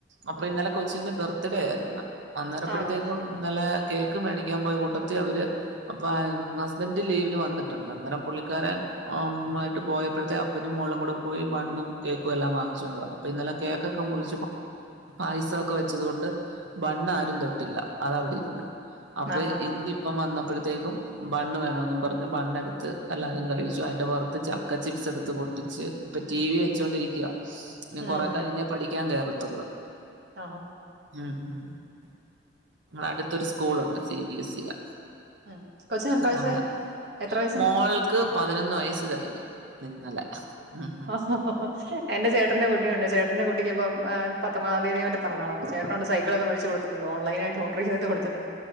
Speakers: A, on the right (about 80°); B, on the right (about 60°).
A: അപ്പൊ
B: ആഹാ.
A: ഇന്നലെ കൊച്ചിന്റെ ബർത്ത്ഡേ ആയിരുന്നു അന്നേരപ്പോഴത്തേക്കും
B: ആണോ
A: ഇന്നലെ പഠിക്കാൻ പോയ കൂട്ടത്തി അവര് അപ്പോ ഹസ്ബൻഡ് ലീവിന് വന്നിട്ടുണ്ട് അന്നേരം പുള്ളിക്കാരൻ മായിട്ട് പോയപ്പോഴത്തെ അപ്പനും മോളും കൂടെ പോയി ബണ്ണും കേക്കും എല്ലാം വാങ്ങിച്ചുകൊണ്ട് വന്നു അപ്പ ഇന്നലെ കേക്കൊക്കെ മുറി ച്ച് പായസൊക്കെ വെച്ചത് കൊണ്ട് ബണ്ണ് ആരും തൊട്ടില്ല അത അവിടെ ഇര്ന്ന് അപ്പയ്
B: ആഹ് ആഹ്
A: ഇന്നിപ്പം
B: ആഹ്
A: വന്ന <unintelligible> അപ്പഴത്തേക്കും ബണ്ണ് വേണോന്നും പറഞ്ഞ്, ബണ്ണെട്ത്ത് എല്ലാരും കഴിച്ചു. അയിന്റെ പൊറത്ത് ചക്ക ചിപ്സെടുത്ത് കൊ പ്പിച്ച് പ്പ ടി വി വെച്ചോണ്ടിരിക്ക്യാ നിം
B: ഉം
A: കൊറേ കഴിഞ്ഞേ പഠിക്കാൻ കേറത്തൊള്ളു.
B: ആഹ്
A: ഉം ഉം മ്മളെ അടുത്തൊരു സ്കൂളൊണ്ട് സി ബി എ സി യാ.
B: ഉം കൊച്ചിന് എത്ര വയസ്സായി
A: അവടെ,
B: എത്ര വയസ്സുണ്ട്
A: മോൾക്ക് പതിനൊന്ന് വയസ്സ് തെകഞ്ഞ്. ഇന്നലെ, ഉം
B: <unintelligible> എൻ്റെ ചേട്ടന്റെ കുട്ടിയുണ്ട്, ചേട്ടന്റെ കുട്ടിയ്ക്കിപ്പം ഏ പത്തൊമ്പതാം തീയതി മറ്റെ പെറന്നാളാണ്, ചേട്ടനൊണ്ട് സൈകിളൊക്കെ വേടിച്ച് കൊടുത്തിട്ടുണ്ട്. ഓൺലൈനായിട്ട് ഓഡർ ചെയ്തിട്ട് കൊടുത്ത്.